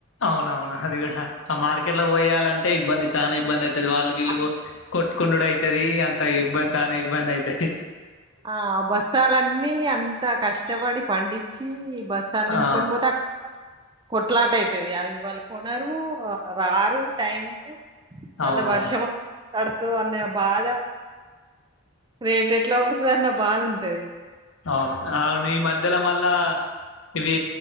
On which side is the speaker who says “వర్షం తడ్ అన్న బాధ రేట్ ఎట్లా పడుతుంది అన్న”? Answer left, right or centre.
Right